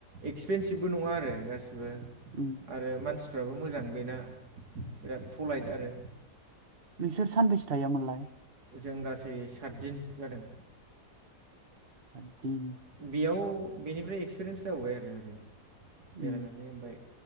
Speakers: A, on the right (about 70°); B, on the right (about 40°).
A: एक्सपेनसिभबो नङा आरो गासिबो
B: उम
A: आरो मानसिफ्राबो मोजां बेना फलाइट आरो
B: नोंसोर सानबैसो थायैयामोनलाय?
A: जों गासै सातदिन जादों।
B: सातदिन
A: बेयाव बेनिफ्राय एक्सपिरियेन्स जाबोबाय आरो ओरै
B: उम
A: बेरायनानै ओमफाय